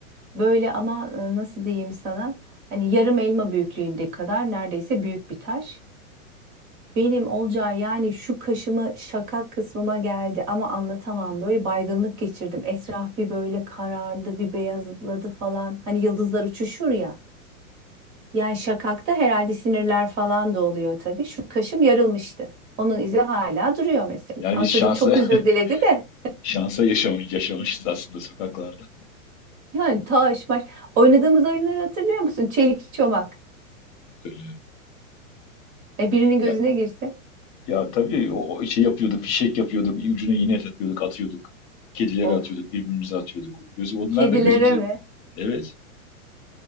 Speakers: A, on the right; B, on the left.
A: Böyle ama e, nasıl diyeyim sana? Hani yarım elma büyüklüğünde kadar neredeyse büyük bir taş. Benim olacağı yani şu kaşıma şakak kısmıma geldi ama anlatamam. Böyle baygınlık geçirdim. Etraf bir böyle karardı, bir beyazladı falan. Hani yıldızlar uçuşur ya. Yani şakakta herhalde sinirler falan da oluyor tabii. Şu kaşım yarılmıştı. Onun izi hala duruyor mesela.
B: Yani
A: Ama
B: biz
A: çocuk
B: şansa
A: çok özür diledi de.
B: <laughs> şansa yaşamış, yaşamışız aslında sokaklarda.
A: Yani taş maş. Oynadığımız oyunları hatırlıyor musun? Çelik çomak.
B: Hatırlıyorum.
A: E birinin gözüne
B: Ya
A: girse.
B: ya tabii o şey yapıyorduk, fişek yapıyorduk, ucuna iğne takıyorduk, atıyorduk. Kedilere
A: Of.
B: atıyorduk, birbirimize atıyorduk. Gözü onlar
A: Kedilere
B: da gözümüze
A: mi?
B: evet